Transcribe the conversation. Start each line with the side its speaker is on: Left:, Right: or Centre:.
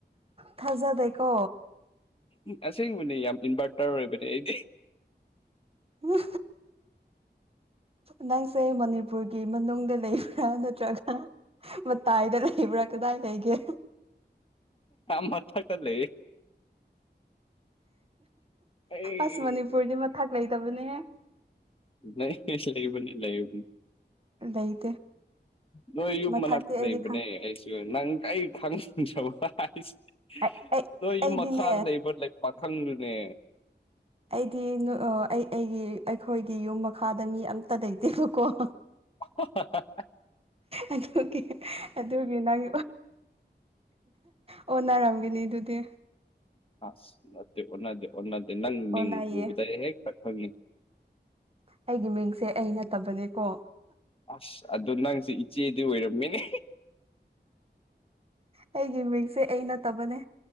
Right: ꯊꯥꯖꯗꯦꯀꯣ
Left: ꯑꯁꯦꯡꯕꯅꯦ ꯌꯥꯝ ꯏꯟꯚꯔꯇꯔ ꯑꯣꯏꯕꯅꯦ ꯑꯩꯗꯤ
Right: ꯎ ꯅꯪꯁꯦ ꯃꯅꯤꯄꯨꯔꯒꯤ ꯃꯅꯨꯡꯗ ꯂꯩꯕ꯭ꯔꯥ ꯅꯠꯇ꯭ꯔꯒ ꯃꯇꯥꯏꯗ ꯂꯩꯕ꯭ꯔꯥ ꯀꯗꯥꯏ ꯂꯩꯒꯦ
Left: ꯃꯊ ꯀꯜꯂꯤ ꯂꯩ
Right: ꯑꯁ ꯃꯅꯤꯄꯨꯔꯗꯤ ꯃꯊꯛ ꯂꯩꯇꯕꯅꯦꯍ
Left: ꯅ ꯂꯩ ꯂꯩꯕꯅꯤ ꯂꯩꯕꯅꯤ
Right: ꯂꯩꯇꯦ
Left: ꯅꯣꯏ ꯌꯨꯝ
Right: ꯃꯊꯛꯇꯤ
Left: ꯃꯅꯥꯛꯇ
Right: ꯑꯩꯗꯤ
Left: ꯂꯩꯕꯅꯦ
Right: ꯈꯪ
Left: ꯑꯩ ꯅꯪ ꯑꯩ ꯈꯪꯟꯖꯕ ꯍꯥꯏꯁꯦ
Right: ꯑꯩ
Left: ꯅꯣꯏꯒꯤꯨꯝ
Right: ꯑꯩꯗꯤꯅꯦ
Left: ꯃꯈꯥꯗ ꯂꯩꯕ ꯄꯥꯊꯪꯗꯨꯅꯦ
Right: ꯑꯩꯗꯤ ꯑꯩ ꯑꯩꯒꯤ ꯑꯩꯈꯣꯏꯒꯤ ꯌꯨꯝ ꯃꯈꯥꯗ ꯃꯤ ꯑꯝꯇ ꯂꯩꯇꯦꯕꯀꯣ
Left: ꯑꯣ
Right: ꯑꯗꯨꯒꯤ ꯑꯗꯨꯒꯤ ꯅꯪ ꯑꯣꯟꯅꯅꯥꯔꯝꯒꯅꯤ ꯑꯗꯨꯗꯤ
Left: ꯑꯁ ꯅ ꯑꯣꯗꯤ ꯑꯣꯗꯤ ꯅꯪ ꯃꯤ
Right: ꯑꯣꯟꯅꯩꯌꯦ
Left: ꯎꯕꯗ ꯍꯦꯛ ꯀ ꯈꯪꯉꯦ
Right: ꯑꯩꯒꯤ ꯃꯤꯡꯁꯦ ꯑꯩ ꯅꯠꯇꯕꯅꯦꯀꯣ
Left: ꯑꯁ ꯑꯗꯨꯗꯣ ꯅꯪꯁꯨ ꯏꯆꯦꯗꯤ ꯑꯣꯏꯔꯝꯃꯤꯅꯦ
Right: ꯑꯩꯒꯤ ꯃꯤꯡꯁꯦ ꯑꯩ ꯅꯠꯇꯕꯅꯦ